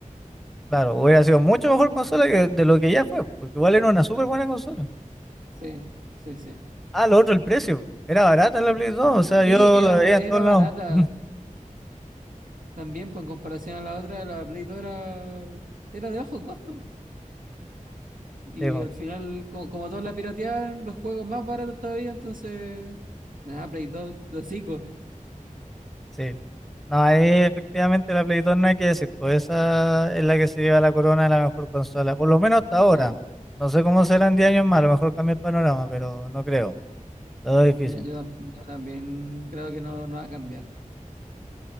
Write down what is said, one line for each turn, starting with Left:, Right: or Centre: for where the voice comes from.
Centre: Claro, hubiera sido mucho mejor consola que de lo que ya fue, porque igual era una súper buena consola.
Right: Sí, sí, sí.
Centre: Ah, lo otro, el precio, po. Era barata la Play 2, o sea,
Right: Sí,
Centre: yo
Right: era,
Centre: la veía
Right: mu- era
Centre: en todos lados.
Right: barata
Centre: <laughs>
Right: también, pues en comparación a la otra, la Play 2 era, era de bajo costo. Y
Centre: Sí, po.
Right: al final, co- como, todos la piratearon, los juegos más baratos todavía, entonces. Nada, Play 2 de hocico.
Centre: Sí. No, ahí efectivamente la Play 2 no hay que decir, pues esa es la que se lleva la corona de la mejor consola, por lo menos hasta ahora.
Right: Sí,
Centre: No sé cómo serán 10 años más, a lo mejor cambia el panorama, pero no creo, lo veo difícil.
Right: yo, yo tam- yo también creo que no, no va a cambiar.